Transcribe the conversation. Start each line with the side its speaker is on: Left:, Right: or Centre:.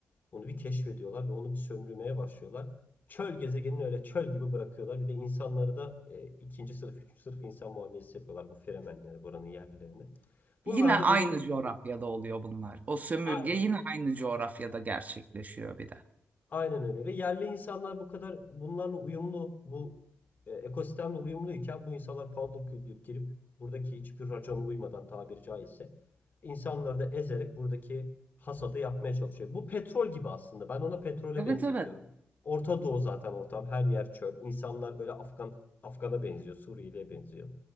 Left: Onu bir keşfediyorlar ve onu bir sömürmeye başlıyorlar. Çöl gezegenini öyle çöl gibi bırakıyorlar. Bir de insanları da e, ikinci sınıf, üçüncü sınıf insan muamelesi yapıyorlar bu Fremenlere, buranın yerlilerine. Bunlar
Right: Yine aynı
Left: da böyle
Right: coğrafyada oluyor bunlar. O sömürge
Left: aynen
Right: yine aynı coğrafyada gerçekleşiyor bir de.
Left: Aynen öyle ve yerli insanlar bu kadar bunlarla uyumlu, bu e, ekosistemle uyumluyken bu insanlar paldır küldür girip buradaki hiçbir racona uymadan tabiri caizse insanları da ezerek buradaki hasadı yapmaya çalışıyor. Bu petrol gibi aslında. Ben ona petrole
Right: Evet
Left: benzetiyorum.
Right: evet.
Left: Orta Doğu zaten ortam. Her yer çöl. İnsanlar böyle Afgan Afgan'a benziyor, Suriyeli'ye benziyor.